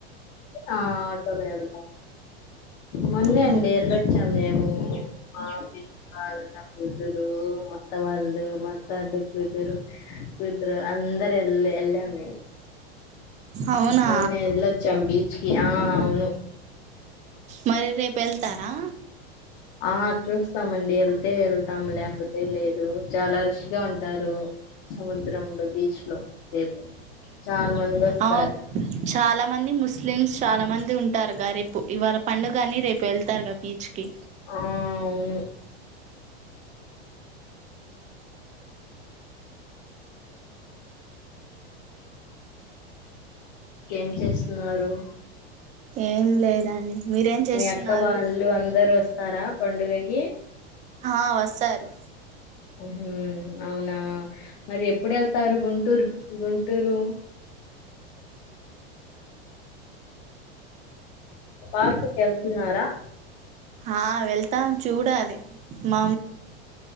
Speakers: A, on the left; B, on the right.
A: ఆ ఆటోమ ఎంతా మొన్న
B: అవును
A: అండి ఎల్ళొచ్చాం మేము మా పిలి వాళ్ళ కూతురు మొత్త వాళ్ల్ మాట్డ సత్ర అందర ఎల్ ఎల్ అమ్ మేము
B: అవునా
A: మొన్నే వెళ్ళొచ్చాం బీచ్ కి ఆ అవును
B: మరి రేపు వెళ్తారా
A: ఆ చూస్తామండి అది అతే వెళ్తాము లేకపోతే లేదు చాలా రుచిగా ఉంటారు సముద్రంలో బీచ్ లో రేపు చాలా మంది వస్తారు
B: అవును చాలా మంది ముస్లిమ్స్ చాలా మంది ఉంట తరకారిపు ఇవాళ పండుగని రేపు వెళ్తారుగా బీచ్ కి
A: ఆ అవును ఏం చేస్తున్నారు
B: ఏం లేదండి మీరేం చేస్తున్నారు
A: మీ అక్క వాళ్ళు అందరుూ వస్త స్తారా పండుగకి
B: ఆ వస్తారు
A: ఉహు అవునా మరి ఎప్పుడు వెళ్తారు గుంటూరు గుం టురు పార్కుకెళ్తున్నారా
B: ఆ వెళ్తాం చూడాలి మ